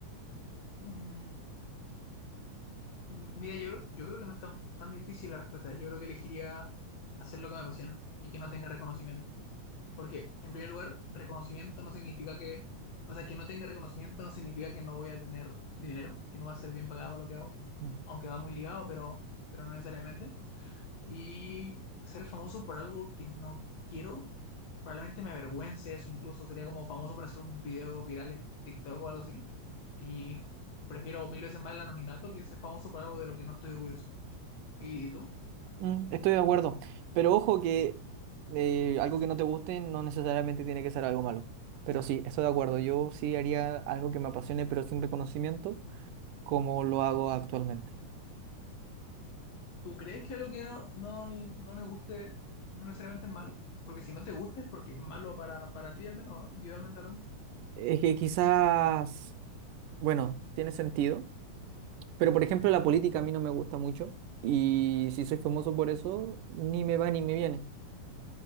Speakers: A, on the left; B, on the right.
A: Mm, mira, yo, creo- yo creo que no es tan, tan difícil la respuesta. Yo creo que elegiría hacer lo que me apasiona y que no tenga reconocimiento. Porque, en primer lugar, reconocimiento no significa que, o sea, que no tenga reconocimiento no significa que no voy a tener dinero, que no va a ser bien pagado lo que hago,
B: Mm.
A: aunque va muy ligado, pero, pero no necesariamente. Y ser famoso por algo que no quiero, probablemente me avergüence eso, incluso sería como famoso por hacer un video viral en TikTok o algo así. Y prefiero mil veces más el anonimato que ser famoso por algo de lo que no estoy orgulloso. ¿Y tú?
B: Mm, estoy de acuerdo, pero ojo que eh, algo que no te guste no necesariamente tiene que ser algo malo. Pero sí, estoy de acuerdo. Yo sí haría algo que me apasione, pero sin reconocimiento, como lo hago actualmente.
A: ¿Tú crees que algo que no, no, no nos guste no necesariamente es malo? Porque si no te gusta es porque es malo para, para ti al menos, ¿no? Individualmente hablando.
B: Es que quizás, bueno, tiene sentido, pero por ejemplo la política a mí no me gusta mucho y si soy famoso por eso, ni me va ni me viene.